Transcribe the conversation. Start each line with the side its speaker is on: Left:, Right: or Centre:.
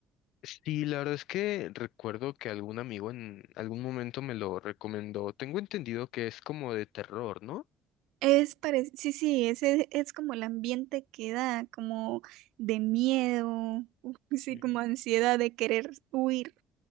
Left: Sí, la verdad es que recuerdo que algún amigo en algún momento me lo recomendó. Tengo entendido que es como de terror, ¿no?
Right: Es parec- sí, sí, ese es como el ambiente que da, como de miedo, <laughs> sí,
Left: Ujú.
Right: como ansiedad de querer huir.